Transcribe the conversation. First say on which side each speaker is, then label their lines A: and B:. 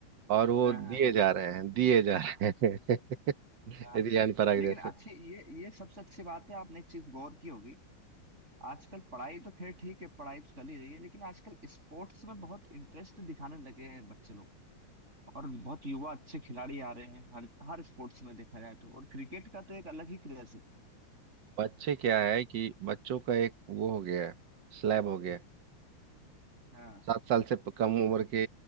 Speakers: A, on the right (about 65°); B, on the right (about 35°).
A: और वो
B: हाँ
A: दिए
B: हाँ
A: जा रहे हैं दिए जा रहे हैं <laughs>
B: हाँ,
A: रियान पराग
B: लेकिन
A: जैसे
B: अच्छी ये ये सबसे अच्छी बात है आपने एक चीज गौर की होगी आजकल पढ़ाई तो खैर ठीक है पढ़ाई तो चल ही रही है लेकिन आजकल स्पोर्ट्स में बहुत इंटरेस्ट दिखाने लगे हैं बच्चे लोग और बहुत युवा अच्छे खिलाड़ी आ रहे हैं हर हर स्पोर्ट्स में देखा जाए तो और क्रिकेट का तो एक अलग ही क्रेज है
A: बच्चे क्या है कि बच्चों का एक वो हो गया है स्लैब हो गया है
B: हाँ
A: सात साल से प- कम उम्र के